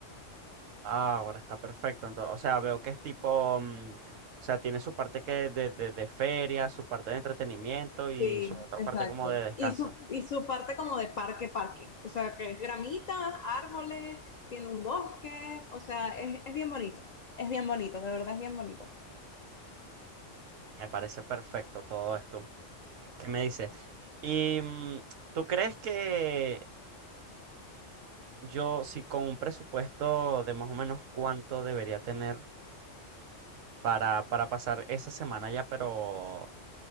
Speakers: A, on the right; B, on the left.
A: Ah, ahora está perfecto. Entonces, o sea, veo que es tipo, mm, o sea, tiene su parte que de, de, de feria, su parte de entretenimiento y
B: Sí,
A: su otra
B: exacto.
A: parte como de descanso.
B: Y su, y su parte como de parque, parque. O sea, que es gramita, árboles, tiene un bosque. O sea, es, es bien bonito. Es bien bonito, de verdad es bien bonito.
A: Me parece perfecto todo esto. ¿Qué me dices? ¿Y mm, tú crees que yo, si con un presupuesto de más o menos cuánto debería tener? para, para pasar esa semana ya, pero